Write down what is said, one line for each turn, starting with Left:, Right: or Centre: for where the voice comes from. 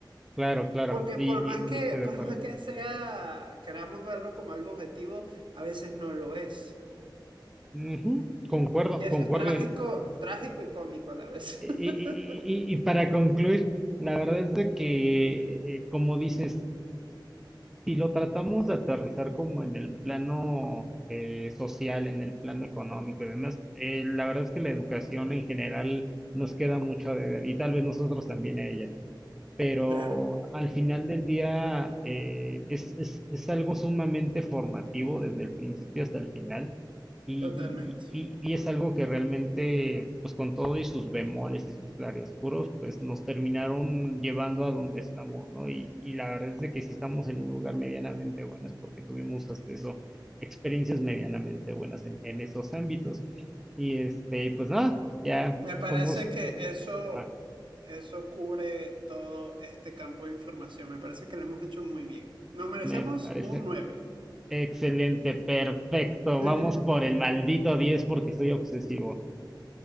Centre: Claro, claro,
Right: Porque
Centre: y,
Right: por más
Centre: y-
Right: que,
Centre: y estoy de
Right: <laughs> por
Centre: acuerdo.
Right: más que sea, queramos verlo como algo objetivo, a veces no lo es.
Centre: Ujú, Concuerdo,
Right: Y eso
Centre: concuerdo.
Right: es trágico,
Centre: Y,
Right: trágico y cómico a la vez.
Centre: y- y-
Right: <laughs>
Centre: y- y para concluir, la verdad es de que, eh, como dices, si lo tratamos de aterrizar como en el plano eh, social, en el plano económico y demás, eh, la verdad es que la educación en general nos queda mucho a deber y tal vez nosotros también a ella. pero
Right: Claro,
Centre: al final del día eh, es, es, es algo sumamente formativo desde el principio hasta el final y,
Right: totalmente.
Centre: y- y- y es algo que realmente, pues con todo y sus bemoles y sus claroscuros, pues nos terminaron llevando a donde estamos, ¿no? Y, y la verdad es de que si estamos en un lugar medianamente bueno es porque tuvimos hasta eso, experiencias medianamente buenas en, en esos ámbitos. Y este, pues nada, ya
Right: Me parece
Centre: somos,
Right: que eso,
Centre: ajá,
Right: eso cubre todo este campo de información. Me parece que lo hemos hecho muy bien. Nos merecemos
Centre: me parece
Right: un nueve.
Centre: Excelente, perfecto.
Right: <laughs>
Centre: Vamos por el maldito 10 porque soy obsesivo.